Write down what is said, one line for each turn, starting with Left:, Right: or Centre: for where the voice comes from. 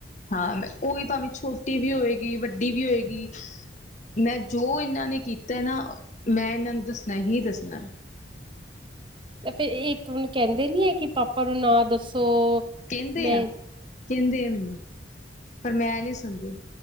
Left: ਹਾਂ ਮੈਂ ਉਹੀ ਭਾਵੇਂ ਛੋਟੀ ਵੀ ਹੋਏਗੀ ਵੱਡੀ ਵੀ ਹੋਏਗੀ ਮੈਂ ਜੋ ਇਹਨਾਂ ਨੇ ਕੀਤਾ ਨਾ ਮੈਂ ਇਹਨਾਂ ਨੂੰ ਦੱਸਣਾ ਹੀ ਦੱਸਣਾ।
Right: ਤੇ ਫੇਰ ਇਕ ਹੁਣ ਕਹਿੰਦੇ ਨੀ ਹੈ ਕਿ ਪਾਪਾ ਨੂੰ ਨਾ ਦੱਸੋ?
Left: ਕਹਿੰਦੇ
Right: ਮੈਂ
Left: ਆ। ਕਹਿੰਦੇ ਆ ਮੈਨੂੰ ਪਰ ਮੈਂ ਨੀ ਸੁਣਦੀ।